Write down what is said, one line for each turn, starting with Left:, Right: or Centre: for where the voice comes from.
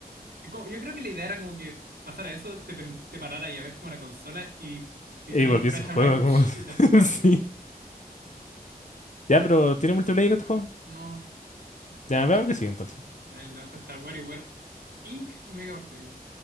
Right: yo creo que la idea era como que pasara eso, te, pren- te parara y a ver como la consola y te
Left: Y
Right: hiciera
Left: volví
Right: como el flash
Left: a el juego
Right: a blanco
Left: como,
Right: psh, y te
Left: <laughs>
Right: asustara
Left: sí.
Right: así.
Left: Ya, pero ¿tiene multiplayer este juego?
Right: No. Oye,
Left: Ya, veamos que sí entonces.
Right: el de abajo está WarioWare Inc. Mega partido.